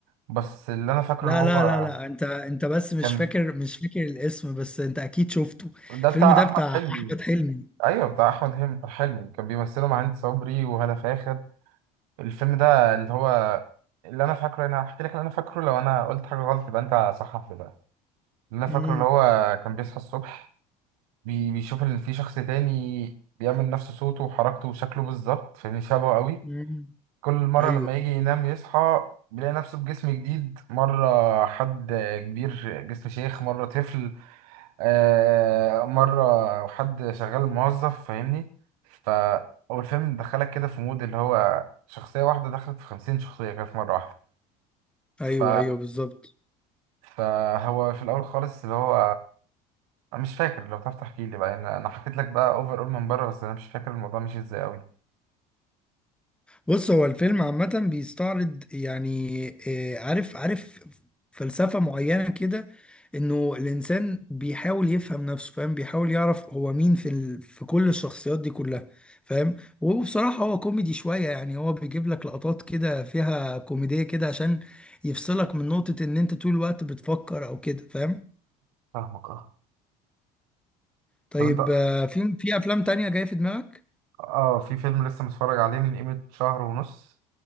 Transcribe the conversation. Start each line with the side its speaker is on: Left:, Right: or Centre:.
Right: بس اللي انا فاكره
Centre: لا
Right: اللي هو
Centre: لا لا لا انت انت بس مش
Right: كان
Centre: فاكر مش فاكر الاسم بس انت اكيد شفته
Right: ده
Centre: الفيلم
Right: بتاع
Centre: ده
Right: احمد
Centre: بتاع
Right: حلمي
Centre: احمد حلمي
Right: ايوه بتاع احمد حلمي حلمي كان بيمثله مع هند صبري وهالة فاخر الفيلم ده اللي هو اللي انا فاكره انا هحكي لك اللي انا فاكره لو انا قلت حاجه غلط يبقى انت صحح لي بقى اللي انا
Centre: امم
Right: فاكره اللي هو كان بيصحى الصبح بي... بيشوف ان في شخص تاني بيعمل نفس صوته وحركته وشكله بالظبط فاهمني شبهه قوي
Centre: امم
Right: كل مرة
Centre: ايوه
Right: لما يجي ينام يصحى بيلاقي نفسه بجسم جديد مرة حد كبير جسم شيخ مرة طفل آه، مرة حد شغال موظف فاهمني ف هو الفيلم دخلك كده في مود اللي هو شخصية واحدة دخلت في خمسين شخصية كده في مرة واحدة ف
Centre: ايوه ايوه بالظبط
Right: فهو في الأول خالص اللي هو أنا مش فاكر لو تعرف تحكي لي بقى أنا أنا حكيت لك بقى أوفر أول من بره بس أنا مش فاكر الموضوع مشي إزاي أوي
Centre: بص هو الفيلم عامة بيستعرض يعني آه، عارف عارف فلسفة معينة كده انه الانسان بيحاول يفهم نفسه فاهم بيحاول يعرف هو مين في ال... في كل الشخصيات دي كلها فاهم وبصراحة هو كوميدي شوية يعني هو بيجيب لك لقطات كده فيها كوميدية كده عشان يفصلك من نقطة ان انت طول الوقت بتفكر او كده فاهم
Right: فاهمك اه
Centre: طيب
Right: طب أنت
Centre: آه، في في افلام تانية جاية في دماغك؟
Right: اه في فيلم لسه متفرج عليه من قيمة شهر ونص